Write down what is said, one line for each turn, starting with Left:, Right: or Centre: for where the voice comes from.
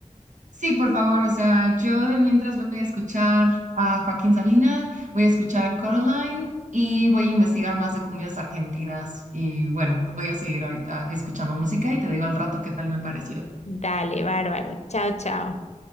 Right: Sí, por favor, o sea, yo de mientras voy a escuchar a Joaquín Sabina, voy a escuchar a Coraline y voy a investigar más de cumbias argentinas. Y bueno, voy a seguir ahorita escuchando música y te digo al rato qué tal me pareció.
Left: Dale, bárbaro. Chao, chao.